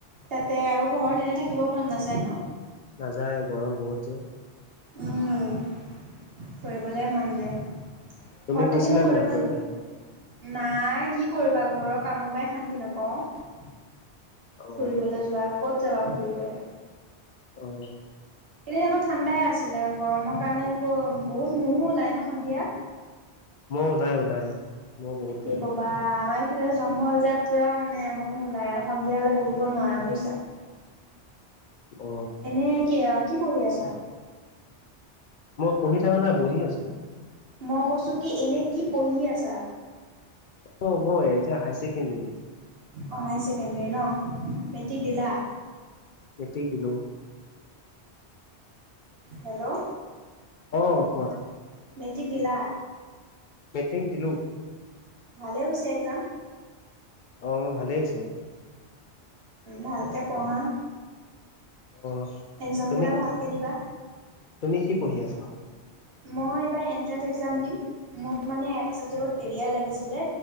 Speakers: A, on the right; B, on the left.
A: তাতে আৰুক ঘৰত এনে থাকিবও মন নাযায় ন
B: নাযায় গৰম বহুত যে।
A: উম ফুৰিবলে মন যায়। ঘৰত
B: তুমি গৈছিলা
A: থাকিনো
B: নে
A: কৰিবা
B: নাই ফুৰিব
A: নো কি? নাই কি কৰিবা ঘৰ কামৰ পৰাই শান্তি নাপাওঁ
B: অ
A: ফুৰিবলৈ যোৱা ক'ত যাবা ফুৰিবলে?
B: অ।
A: এদিন আকৌ ঠাণ্ডাই আছিলে গৰমৰ কাৰণে আকৌ বহুত মহো ওলাই ন সন্ধিয়া।
B: মই ওলাই ওলাই মই বহুত ওলাই
A: কি কবা আমাৰ এইফালে জংঘল যে পুৰা মানে ম ওলাই আৰু সন্ধিয়া হলে বহিব নোৱাৰা বুজিছা <unintelligible>
B: অ
A: এনে কি কি পঢ়ি আছা
B: মই পঢ়ি থকা নাই বহি আছো।
A: মই কৈছোঁ কি এনে কি পঢ়ি আছা?
B: অ মই এতিয়া হায় চেকেণ্ডৰী
A: অঁ হায়াৰ ছেকেণ্ডৰী ন? মেট্ৰিক দিলা?
B: এতেই কিলো
A: হেল্ল'
B: আহ কোৱা?
A: মেট্ৰিক দিলা?
B: মেট্ৰিক দিলো।
A: ভালে হৈছে একজাম
B: অ ভালেইআছো।
A: ভালকে পঢ়া <unintelligible>
B: অ
A: এক্জামকেইটা
B: তুমি
A: ভালকে দিবা
B: তুমি কি পঢ়ি আছা?
A: মই এইবাৰ এন্ট্ৰেন্ঞ্চ এক্সাম দিম মোৰ মানে এটা ছাবজেক্টত এৰিয়াৰ লাগিছিলে।